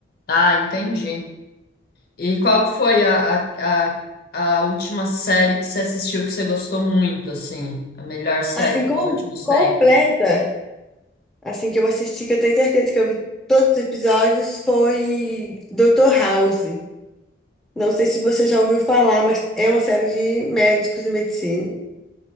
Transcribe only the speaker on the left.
Ah, entendi. E qual que foi a, a, a, a última série que você assistiu que você gostou muito, assim? A melhor série
dos últimos
tempos?